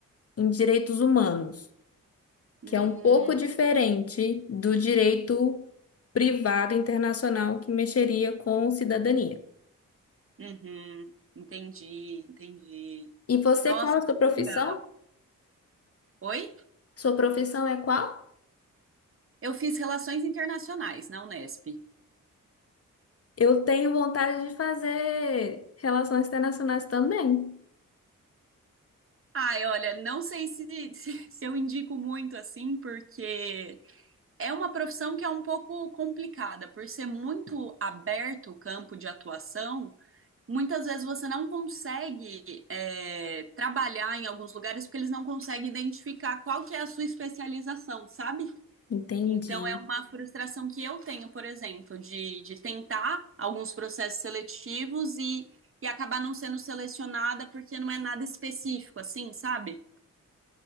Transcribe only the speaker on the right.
Hum,
uhum, entendi, entendi.
Nossa,
que
legal. Oi?
Eu fiz relações internacionais na Unesp.
Ai, olha, não sei se, <laughs> se, se eu indico muito assim, porque é uma profissão que é um pouco complicada, por ser muito aberto o campo de atuação. Muitas vezes você não consegue é, trabalhar em alguns lugares porque eles não conseguem identificar qual que é a sua especialização, sabe?
Então é uma frustração que eu tenho, por exemplo, de, de tentar alguns processos seletivos e, e acabar não sendo selecionada porque não é nada específico, assim, sabe?